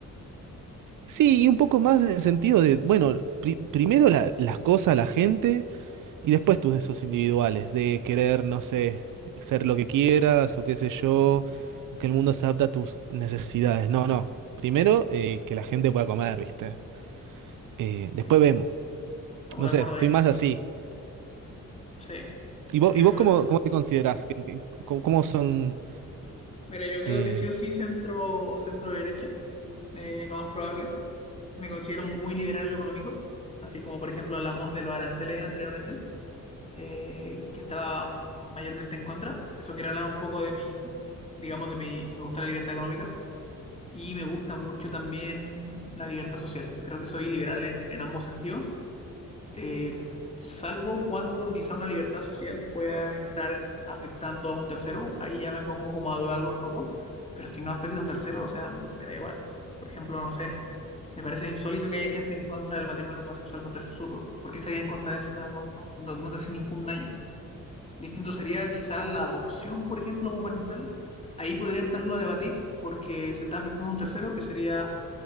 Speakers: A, on the right; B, on the left.
A: sí, y un poco más en el sentido de, bueno, pri- primero la- las cosas, la gente, y después tus deseos individuales, de querer, no sé, ser lo que quieras o qué sé yo, o que el mundo se adapte a tus necesidades. No, no. Primero, eh, que la gente pueda comer, ¿viste? Eh, después
B: Sí.
A: vemos.
B: Estamos
A: No
B: de
A: sé,
B: acuerdo
A: estoy
B: ahí.
A: más así.
B: Sí,
A: ¿Y
B: entiendo
A: vos, y vos cómo,
B: eso.
A: cómo te considerás? ¿Qué- qué- ¿Cómo, cómo son?
B: Mira, yo creo
A: eh?
B: que sí o sí centro, centro derecha, eh, lo más probable. Me considero muy liberal en lo económico, así como por ejemplo hablamos de los aranceles anteriormente, eh, que estaba mayormente en contra. Eso quiero hablar un poco de mi, digamos, de mi, me gusta la libertad económica y me gusta mucho también la libertad social. Creo que soy liberal en, en ambos sentidos, eh, salvo cuando quizá una libertad social pueda entrar afectando a un tercero, ahí ya me pongo como a dudarlo un poco, pero si no afecta a un tercero, o sea, me da igual. Por ejemplo, no sé, me parece insólito que haya gente en contra del matrimonio homosexual, me parece absurdo. ¿Por qué estaría en contra de eso? O sea, no, no- no- no te hace ningún daño. Distinto sería quizá la adopción, por ejemplo, homoparental. Ahí podría entrarlo a debatir porque se está afectando a un tercero que sería